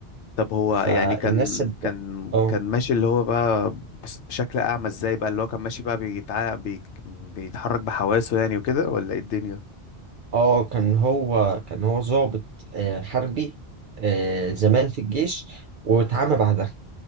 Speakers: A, on the left; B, on the right.
A: طب هو
B: فالناس
A: يعني كان
B: صدق
A: كان
B: اه
A: كان ماشي اللي هو بقى بس- بشكل اعمى ازاي بقى اللي هو كان ماشي بقى بيتع... بي... بيتحرك بحواسه يعني وكده ولا ايه الدنيا
B: اه كان هو كان هو ضابط آه، حربي آه، زمان في الجيش واتعمى بعدها